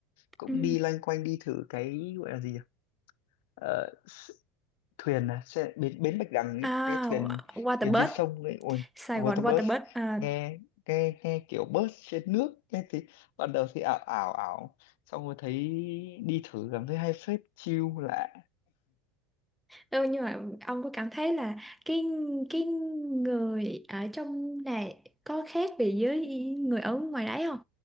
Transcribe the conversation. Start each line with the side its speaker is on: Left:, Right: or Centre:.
Left: cũng
Centre: ừ.
Left: đi loanh quanh đi thử cái gọi là gì nhỉ Ờ, s- thuyền à xe, bến bến Bạch Đằng ấy,
Centre: À,
Left: cái thuyền
Centre: Waterbird,
Left: thuyền trên sông ấy ôi
Centre: Sài
Left: waterbus
Centre: Gòn Waterbird. À,
Left: nghe nghe nghe kiểu bus trên nước nghe thì ban đầu thì ảo ảo ảo xong rồi thấy đi thử cảm thấy hay phết chill lạ
Centre: ừ, nhưng mà ông có cảm thấy là cái cái người ở trong này có khác biệt với người ở ngoài đấy không?